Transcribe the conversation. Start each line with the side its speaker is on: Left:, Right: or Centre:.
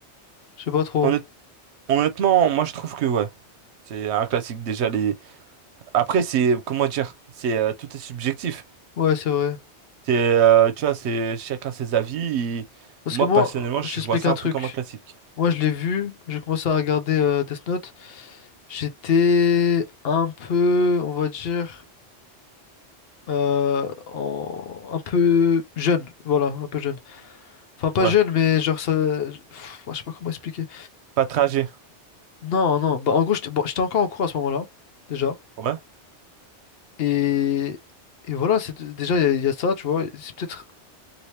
Left: Je sais pas trop.
Right: Honnêt- Honnêtement, moi je trouve que ouais, c'est un classique déjà les. Après c'est comment dire, c'est euh, tout est subjectif.
Left: Ouais, c'est vrai.
Right: C'est euh, tu vois, c'est chacun ses avis. Et
Left: Parce
Right: moi
Left: que moi,
Right: personnellement, je
Left: je t'explique
Right: vois ça
Left: un
Right: un
Left: truc.
Right: peu comme un classique.
Left: Moi, je l'ai vu, j'ai commencé à regarder euh, Death Note. J'étais un peu, on va dire, euh, en- un peu jeune, voilà, un peu jeune. Enfin, pas
Right: Ouais,
Left: jeune, mais genre ça... pff, ouais, je sais pas comment expliquer.
Right: pas tragique.
Left: Non, non, bah en gros, j'étais bon, j'étais encore en cours à ce moment-là, déjà.
Right: Ouais.
Left: Et, et voilà, c'est déjà, il y, a il y a ça, tu vois. C'est peut-être